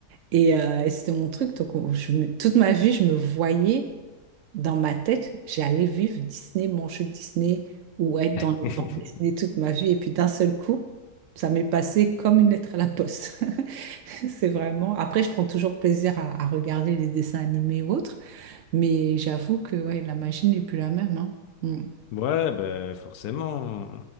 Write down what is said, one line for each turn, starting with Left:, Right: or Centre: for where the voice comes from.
Right: Et, euh, et c'était mon truc. Donc, on- je me- toute ma vie, je me voyais. Dans ma tête, j'allais vivre Disney, manger Disney ou être dans
Left: <laughs>
Right: les bandes dessinées toute ma vie. Et puis d'un seul coup, ça m'est passé comme une lettre à la poste. <laughs> C'est vraiment. Après, je prends toujours plaisir à, à regarder les dessins animés ou autres, mais j'avoue que ouais, la magie n'est plus la même. hein. Mm.
Left: Ouais, ben forcément,